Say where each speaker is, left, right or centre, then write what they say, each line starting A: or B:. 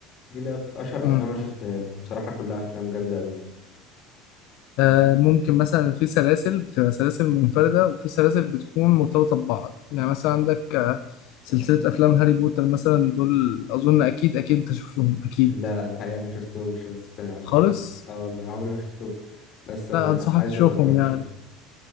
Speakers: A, on the left (about 35°); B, on the left (about 55°).
A: دي اللي أف- اشهر
B: مم.
A: افلام انا شفتها له بصراحة كلها افلام جامدة قوي
B: آه ممكن مثلا في سلاسل بتبقى سلاسل منفردة وفي سلاسل بتكون مرتبطة ببعض يعني مثلا عندك آه، سلسلة أفلام هاري بوتر مثلا دول أظن أكيد أكيد أنت شوفهم أكيد
A: لا الحقيقة ما شفتهمش بس آه،
B: خالص
A: محت- اه والله عمري ما شفتهم بس آه،
B: لا أنصحك
A: عايز
B: تشوفهم
A: ابقى اجرب
B: يعني
A: اشوف